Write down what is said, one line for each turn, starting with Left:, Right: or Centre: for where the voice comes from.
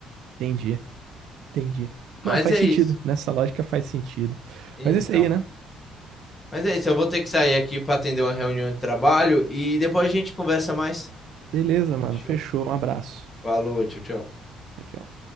Right: entendi, entendi. Não,
Left: Mas
Right: faz
Left: é
Right: sentido,
Left: isso.
Right: nessa lógica faz sentido.
Left: Então.
Right: Mas é isso aí, né?
Left: Mas é isso. Eu vou ter que sair aqui para atender uma reunião de trabalho e depois a gente conversa mais.
Right: Beleza, mano,
Left: Fechou?
Right: fechou, um abraço.
Left: Falou, tchau, tchau.
Right: Tchau, tchau.